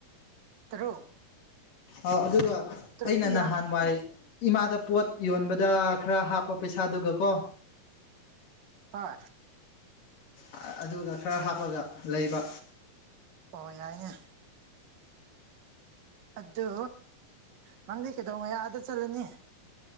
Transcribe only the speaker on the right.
ꯇꯔꯨꯛ
ꯇꯔꯨꯛꯇꯤ
ꯌꯥꯝ
ꯍꯣꯏ
ꯑꯣ ꯌꯥꯏꯅꯦ ꯑꯗꯨ ꯅꯪꯗꯤ ꯀꯩꯗꯧꯉꯩ ꯑꯥꯗ ꯆꯠꯂꯅꯤ